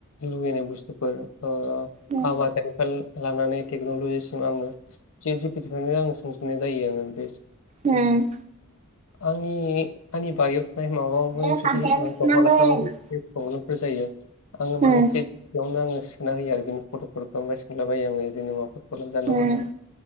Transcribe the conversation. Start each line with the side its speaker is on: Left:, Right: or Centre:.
Left: लुुबैनाय बुस्थुफोर ओ
Right: उम
Left: आबादारिनिफ्राय लानानै टेक्न'लजिसिम आङोे बिनिफ्रायनो आं सोंफिनाय जायो आङो बे
Right: उम
Left: आंनि आंनि बारियाव थानाय माबाबो
Right: बे
Left: जुदि
Right: खामफ्लायाबो
Left: दंफां
Right: सुनांगोन
Left: लाइफां प्रब्लेमफोर जायो आङो
Right: उम
Left: माने थिग बेयावनो आङो सोना होयो आरो बिदिनो फट'फोरफोरखौ सोंलाबायो आङो बिदिनो माबाफोर प्रब्लेम जानाय नङा
Right: उम
Left: होननानै